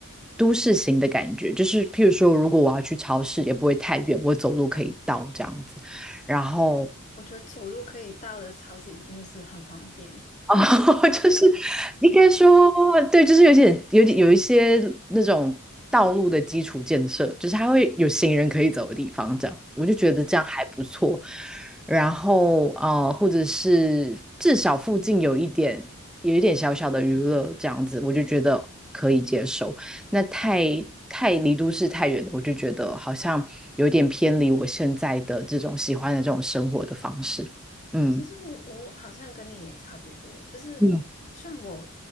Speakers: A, in the centre; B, on the left.
A: 都市型的感觉，就是譬如说，如果我要去超市，也不会太远，我走路可以到这样子。然后，
B: 我觉得走路可以到的超市已经是很方便了。
A: 哦，<laughs> 就是应该说，对，就是有点有点有一些那种道路的基础建设，就是它会有行人可以走的地方，这样我就觉得这样还不错。
B: 对
A: 然后呃，或者是至少附近有一点有一点小小的娱乐这样子，我就觉得可以接受。
B: 对，
A: 那太太离都市太远了，我就觉得好像有点偏离我现在的这种喜欢的这种生活的方式。
B: 嗯。
A: 嗯
B: 其实我我好像跟你也差不多，就是
A: 嗯。
B: 虽然我